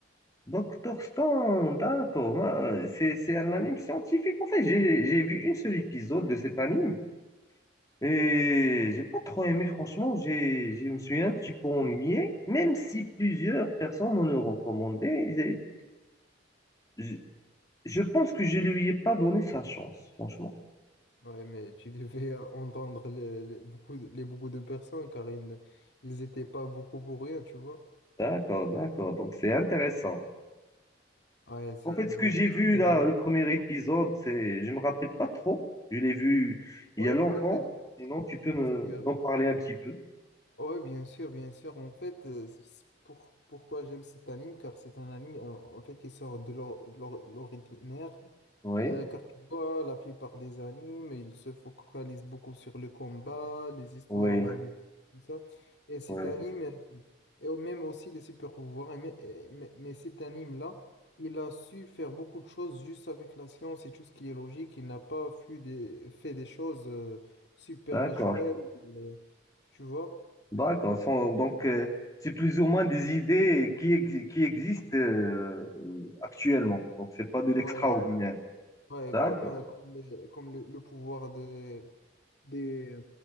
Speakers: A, on the left; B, on the left.
A: Doctor Stone, d'accord. ouais, ouais. C'est c'est un anime scientifique. En fait, j'ai j'ai vu une seule épisode de cet anime. Et j'ai pas trop aimé, franchement, j'ai, je me suis un petit peu ennuyé, même si plusieurs personnes m'ont le recommandé. j'ai- Je, je pense que je lui ai pas donné sa chance, franchement.
B: Ouais, mais tu devais euh, entendre les, les beaucoup, de- les beaucoup de personnes car ils, ne- ils étaient pas beaucoup pour rien, tu vois.
A: D'accord, d'accord, donc c'est intéressant.
B: Ouais, c'est.
A: En fait,
B: il
A: ce que
B: est-
A: j'ai vu
B: Euh,
A: là, le premier épisode, c'est, je me rappelle pas trop. Je l'ai vu il
B: Ouais,
A: y a longtemps.
B: je vais te dire
A: Sinon,
B: ce qui
A: tu
B: t-
A: peux me,
B: qu'est-ce qui arrive.
A: m'en parler un petit peu.
B: Ouais, bien sûr, bien sûr. En fait, euh, c'est pour, pourquoi j'aime cet anime, car c'est un anime euh, en fait qui sort de l'or- l'or- l'ordinaire.
A: Oui,
B: Euh, car tu vois, la plupart des animes, ils se focalisent beaucoup sur le combat, les histoires
A: oui,
B: d'amis, tout ça. Et cet
A: oui.
B: anime. Et au- même aussi les super pouvoirs. Et Mais, et- mais, mais cet anime-là, il a su faire beaucoup de choses juste avec la science et tout ce qui est logique. Il n'a pas fait des, fait des choses euh, supernaturelles,
A: D'accord.
B: euh, tu vois?
A: D'accord. Sont- Donc, euh, c'est plus ou moins des idées qui, ex- qui existent euh, actuellement. Donc, c'est pas de l'extraordinaire.
B: Ouais, ouais,
A: D'accord.
B: comme, euh, comme, les- comme le, le pouvoir des, des,